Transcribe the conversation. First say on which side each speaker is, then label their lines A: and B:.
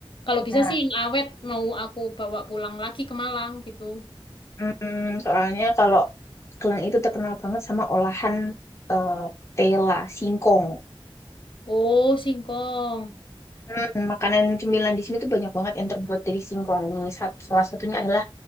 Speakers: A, on the left (about 65°); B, on the left (about 30°).
A: kalau bisa
B: Nah,
A: sih yang awet mau aku bawa pulang lagi ke Malang gitu.
B: mm, soalnya kalau Kelang itu terkenal banget sama olahan eh, tela, singkong.
A: Oh, singkong.
B: Hmm, makanan cemilan di sini tuh banyak banget yang terbuat dari singkong. Ini sat- salah satunya adalah